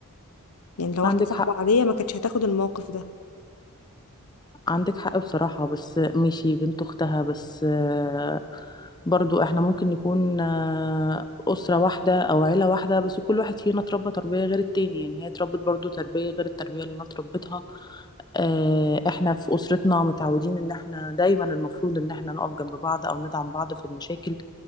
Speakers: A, on the left (about 85°); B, on the left (about 20°).
A: يعني لو واحدة
B: عندك
A: صاحبة
B: حق
A: عادية ما كانتش هتاخد الموقف ده
B: عندك حق بصراحة بس ماشي بنت أختها بس آه، برضو احنا ممكن نكون آه، أسرة واحدة أو عيلة واحدة بس كل واحد فينا اتربى تربية غير التاني يعني هي اتربت برضو تربية غير التربية اللي أنا اتربيتها آه، احنا في أسرتنا متعودين إن احنا دايما المفروض إن احنا نقف جنب بعض أو ندعم بعض في المشاكل